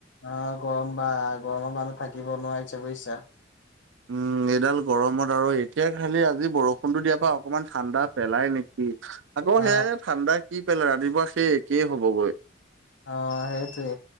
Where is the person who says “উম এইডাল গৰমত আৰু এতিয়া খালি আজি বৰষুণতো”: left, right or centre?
Right